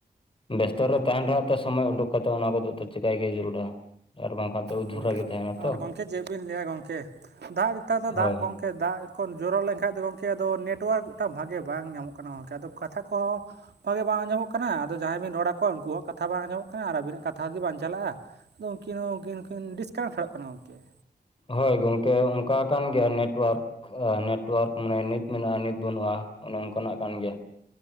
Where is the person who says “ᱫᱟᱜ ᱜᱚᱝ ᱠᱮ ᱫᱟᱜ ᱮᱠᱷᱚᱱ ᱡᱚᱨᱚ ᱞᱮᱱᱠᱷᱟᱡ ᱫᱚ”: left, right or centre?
Right